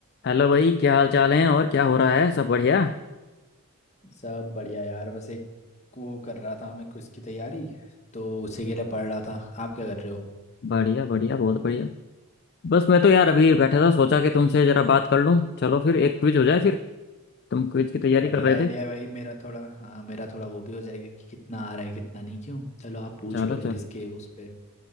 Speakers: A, on the left; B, on the left.
A: Hello भाई क्या हाल चाल है और क्या हो रहा है सब बढ़िया
B: सब बढ़िया यार बस एक वो कर रहा था मैं क्विज की तैयारी तो उसी के लिए पढ़ रहा था आप क्या कर रहे हो
A: बढ़िया बढ़िया बहुत बढ़िया बस मैं तो यार अभी बैठा था सोचा कि तुमसे जरा बात कर लूं चलो फिर एक क्विज हो जाए फिर तुम क्विज की तैयारी
B: बढ़िया
A: कर रहे
B: आइडिया
A: थे
B: है भाई मेरा थोड़ा हाँ मेरा थोड़ा वो भी हो जाएगा कि कितना आ रहा है कितना नहीं क्यों चलो आप पूछ
A: चलो
B: ही लो फिर
A: चलो
B: इसके उस पे